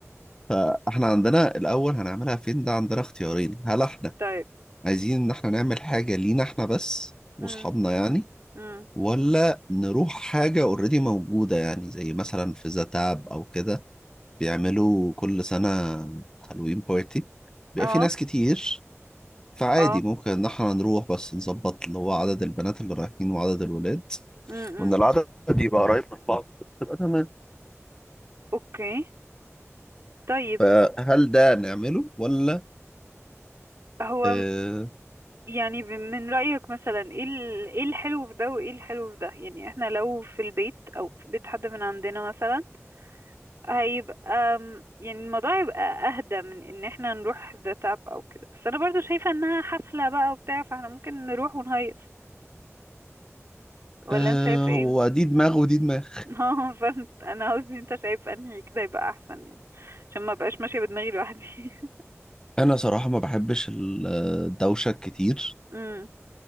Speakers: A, on the left; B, on the right.
A: فاحنا عندنا الاول هنعملها فين ده عندنا اختيارين هل احنا
B: <laughs> طيب
A: عايزين ان احنا نعمل حاجة لينا احنا بس واصحابنا
B: امم
A: يعني
B: امم
A: ولا نروح حاجة اوريدي موجودة يعني زي مثلا في زتاب أو كده بيعملوا كل سنة هالوين بارتي بيبقى
B: اه
A: في ناس كتير فعادي
B: اه
A: ممكن إن احنا نروح بس نظبط اللي هو عدد البنات اللي رايحين وعدد الولاد
B: امم
A: وإن العدد يبقى قريب من بعض تبقى تمام
B: اوكي طيب
A: فهل ده نعمله ولا
B: هو
A: آه
B: يعني ب- من رأيك مثلا ايه ال- ايه الحلو في ده وايه الحلو في ده يعني احنا لو في البيت او في بيت حد من عندنا مثلا هيبقى م- يعني الموضوع هيبقى اهدى من ان احنا نروح ده تاب او كده بس انا برضو شايفة انها حفلة بقى وبتاع فاحنا ممكن نروح ونهيص ولا
A: آه
B: انت شايفة ايه
A: هو دي دماغ ودي دماغ
B: <laughs> اه فهمت انا قصدي انت شايف انهي كده يبقى احسن يعني عشان ما بقاش ماشية بدماغي لوحدي <laughs>
A: أنا صراحة ما بحبش الدوشة كتير
B: امم